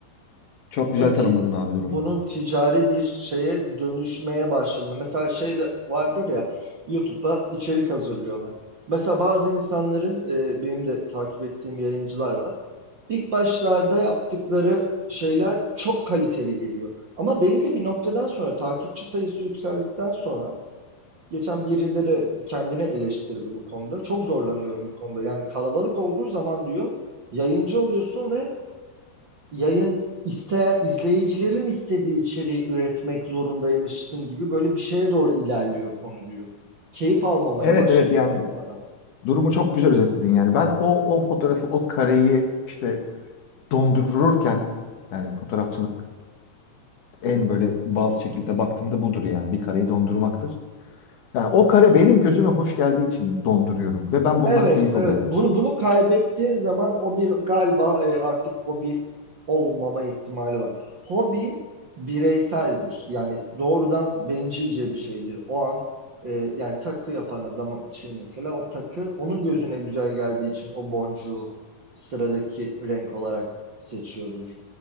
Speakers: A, on the left (about 60°); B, on the right (about 45°).
A: Çok güzel
B: Bunun, ti-
A: tanımladın abi durumu.
B: bunun ticari bir şeye dönüşmeye başladığında. Mesela şey de vardır ya YouTube'da içerik hazırlıyorlar. Mesela bazı insanların e, benim de takip ettiğim yayıncılar var. İlk başlarda yaptıkları şeyler çok kaliteli geliyor. Ama belirli bir noktadan sonra takipçi sayısı yükseldikten sonra geçen birinde de kendini eleştirdi bu konuda. Çok zorlanıyorum bu konuda. Yani kalabalık olduğu zaman diyor yayıncı oluyorsun ve yayın isteyen izleyicilerin istediği içeriği üretmek zorundaymışsın gibi böyle bir şeye doğru ilerliyor konu diyor. Keyif almamaya
A: Evet,
B: başladım
A: evet yani
B: diyordu adam.
A: durumu çok güzel özetledin yani. Ben o o fotoğrafı, o kareyi işte dondururken yani fotoğrafçılık en böyle bazı şekilde baktığında budur yani bir kareyi dondurmaktır. Yani o kare benim gözüme hoş geldiği için donduruyorum ve ben bundan
B: Evet,
A: keyif
B: evet.
A: alıyorum.
B: Bunu bunu kaybettiğin zaman o bir galiba e, artık hobi olmama ihtimali var. Hobi bireyseldir. Yani doğrudan bencilce bir şeydir. O an e, yani takı yapan adam için mesela o takı onun gözüne güzel geldiği için o boncuğu sıradaki renk olarak seçiyordur.